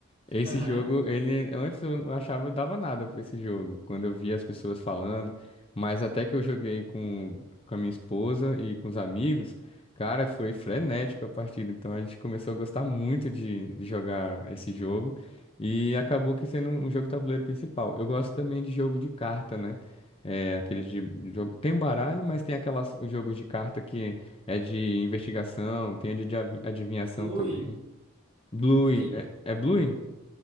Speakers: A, on the left; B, on the right.
A: Esse
B: Aham.
A: jogo, ele antes eu não achava eu dava nada pra esse jogo, quando eu via as pessoas falando, mas até que eu joguei com, com a minha esposa e com os amigos, cara, foi frenético a partida, então a gente começou a gostar muito de, de jogar esse jogo e acabou que sendo um jogo de tabuleiro principal. Eu gosto também de jogo de carta, né? É, aqueles de jogo. Tem um baralho, mas tem aquelas os jogos de carta que é de investigação, tem a de adivi- adivinhação
B: Clue.
A: também. Blue,
B: Detetive.
A: é, é Blue?